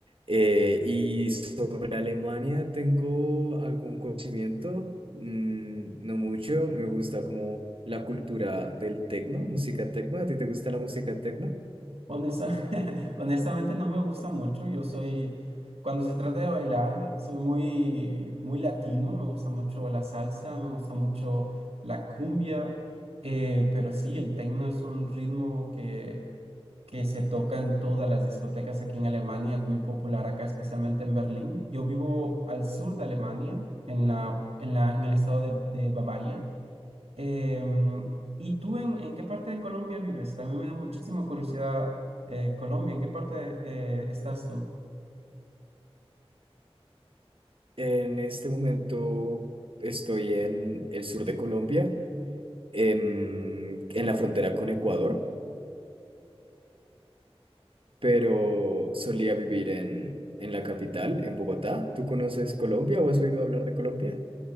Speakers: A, on the right; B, on the right.
A: Eh, y sobre Alemania, tengo algún conocimiento, Mm, no mucho. Me gusta como la cultura del tecno, música tecno. ¿A ti te gusta la música tecno?
B: Honesta- <laughs> honestamente no me gusta mucho. Yo soy, cuando se trata de bailar, soy muy, muy latino. Me gusta mucho la salsa, me gusta mucho la cumbia. Eh, pero sí, el tecno es un ritmo que que se toca en todas las discotecas aquí en Alemania, es muy popular acá, especialmente en Berlín. Yo vivo al sur de Alemania, en la, en la, en el estado de, de Bavaria. Em, ¿y tú en, en qué parte de Colombia vives? También me da muchísima curiosidad, eh, Colombia, ¿en qué parte eh, estás tú?
A: En este momento estoy en el sur de Colombia, em, en, la frontera con Ecuador, pero solía vivir en, en la capital, en Bogotá. ¿Tú conoces Colombia o has oído hablar de Colombia?